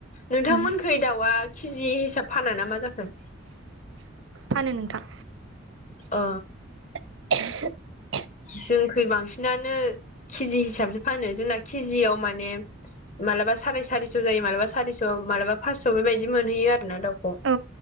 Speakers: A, on the left; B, on the right.
A: नोंथांमोनखै
B: उम
A: दाउआ केजि हिसाब फाना ना मा जाखो?
B: फानो नोंथां।
A: ओ
B: <unintelligible>
A: जोंखै बांसिनानो केजि हिसाबसो फानो जोंना केजियाव माने मालाबा साराय सारिस' जायो मालाबा सारिस' मालाबा फासस' बेबायदि मोनहैयो आरोना दाउखौ
B: औ